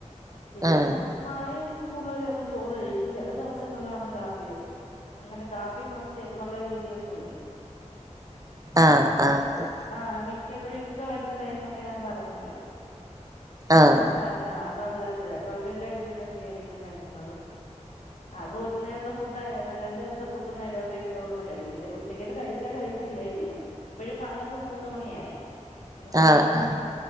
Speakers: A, on the left; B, on the right.
A: പിന്ന
B: ആഹ്
A: ഉ മ്മായും പുള്ളരു ഒക്കെ ചോറ് കഴിക്കും ചെല ദിവസങ്ങളിലാണെല് കാപ്പിയെടുക്കും. അങ്ങനെ കാപ്പി മസ്റ്റ്‌ എന്നുള്ള രീതിയൊന്നുല്ല.
B: ആഹ് ആഹ്.
A: ആഹ് മിക്കപ്പഴു ഇക്ക വരുന്ന ടൈമൊക്കെ ഞാ പറഞ്ഞല്ലോ.
B: ആഹ്.
A: പാ ആ പദരാത്രിയ അപ്പ അവര് കഴിച്ചിട്ടൊക്കെ ആയിരിക്കും വരുന്നത്. ആകെ ഒരു നേരത്തെ ഫു ഡ്ന്ന് രണ്ട് നേരത്തെ ഫുഡ് നേരെ ഉപയോഗിക്ക അവിടുന്ന് കഴിക്യു ചെ ഉച്ചക്കത്ത കഴിച്ചാ കഴിച്ചില്ലേലില്ല. പ്പഴും വന്നപ്പ മൂന്ന്‌ മണിയായി. മൂന്ന്‌ മണിക്ക്
B: ആഹ്
A: വന്ന്
B: ആഹ്